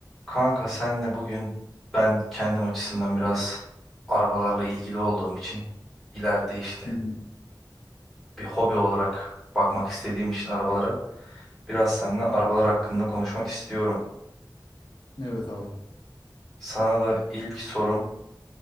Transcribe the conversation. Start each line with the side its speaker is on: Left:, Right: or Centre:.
Centre: Kanka senle bugün ben kendim açısından biraz arabalarla ilgili olduğum için ileride işte
Left: Hı hı.
Centre: bir hobi olarak bakmak istediğim için arabalara biraz seninle arabalar hakkında konuşmak istiyorum.
Left: Evet abi.
Centre: Sana da ilk sorum